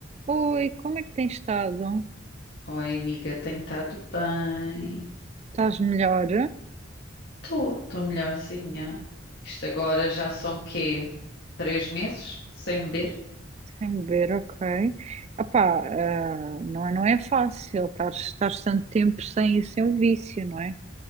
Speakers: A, on the right (about 35°); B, on the left (about 60°).
A: Oi, como é que tens estado?
B: Oi, amiga, tenho estado bem.
A: Estás melhor?
B: Estou, estou melhorzinha. Isto agora já são quê? Três meses sem beber?
A: Sem beber, ok. Apá, ah, não é, não é fácil estar tanto tempo sem sem o vício, não é?